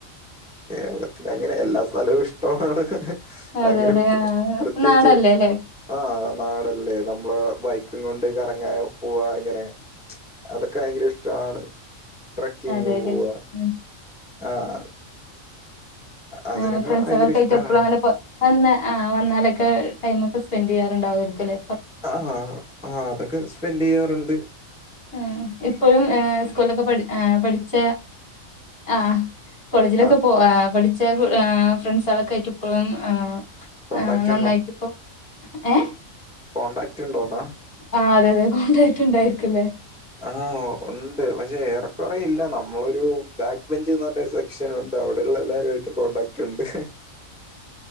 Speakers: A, in the centre; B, on the left (about 50°).
A: കേരളത്തില് അങ്ങനെ എല്ലാ സ്ഥലവും ഇഷ്ട്ടമാണ്.
B: അതെല്ലേ
A: അങ്ങനെ
B: ആഹ്
A: പ്രത്യേകിച്ച്
B: നാടല്ലേ അല്ലേ
A: ആഹ് നാടല്ലേ നമ്മളെ <unintelligible> കൊണ്ട് കറങ്ങാ പോവാ ഇങ്ങനെ അതൊക്കെ ഭയങ്കര ഇഷ്ട്ടാണ്. ട്രക്കിങ്
B: അതെല്ലേ
A: പോവാ
B: ആഹ്
A: ആഹ് അതിനൊക്കെ
B: ആഹ് ഫ്രണ്ട്സുകളൊക്ക
A: ഭയങ്കര ഇഷ്ടാണ്.
B: ആയിട്ട് എപ്പോഴും അങ്ങനെ വന്ന ആഹ് വന്നാലൊക്കെ ടൈം ഒക്കെ സ്പെന്റ് ചെയ്യാറ്ണ്ടാവായിരിക്കുല്ലേ
A: ആഹ് ആാഹ് ആഹ് അതൊക്കെ സ്പെന്റ് ചെയ്യാറ്ണ്ട്
B: ആഹ് ഇപ്പഴും ഏ സ്കൂളൊക്കെ പഠി പഠിച്ച ആഹ് കോളേജിലൊക്കെ
A: ആഹ്
B: പോ പഠിച്ച ഫ്രണ്ട്സാളൊക്കായിട്ട് ഇപ്പളും ആഹ്
A: കോണ്ടാക്ട്
B: നന്നാറ്റ്പ്പൊ ഏ
A: കോൺടാക്റ്റ് ഉണ്ടോതാ
B: ആ അതെ അതെ കോൺടാക്ട് ഉണ്ടായിരിക്കല്ലേ
A: ആഹ് ഉണ്ട് പക്ഷെ ഏറെക്കുറെ ഇല്ല നമ്മളൊരു ബാക്ക് ബെഞ്ച് ന്നൊരു സെക്ഷനു അവിടെള്ള എല്ലരായിട്ട് കോണ്ടാക്റ്റ് ഇണ്ട്